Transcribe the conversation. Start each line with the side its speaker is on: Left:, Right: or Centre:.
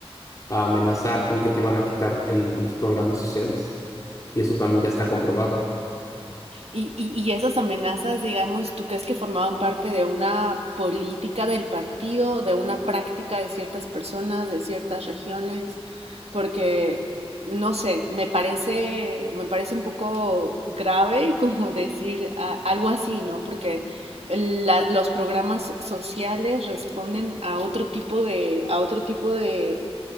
Left: a amenazar con que te iban a quitar el- los programas sociales. Y eso también ya está comprobado.
Right: Y, y- y esas amenazas, digamos, ¿tú crees que formaban parte de una política del partido, de una práctica de ciertas personas, de ciertas regiones? Porque, no sé, me parece, me parece un poco grave <laughs> como decir a- algo así, ¿no? Porque la- los programas sociales responden a otro tipo de, a otro tipo de,